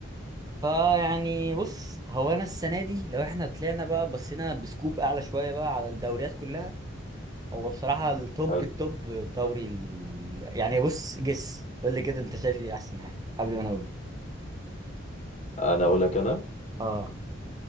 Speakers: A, on the right (about 20°); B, on the left (about 35°).
A: فيعني بص هو انا السنه دي لو احنا طلعنا بقى بصينا بسكوب اعلى شويه بقى على الدوريات كلها هو بصراحه التوب
B: حلو
A: التوب دوري ال... يعني بص جس قول لي كده انت شايف ايه احسن حاجه قبل ما انا اقول
B: انا اقول لك انا
A: اه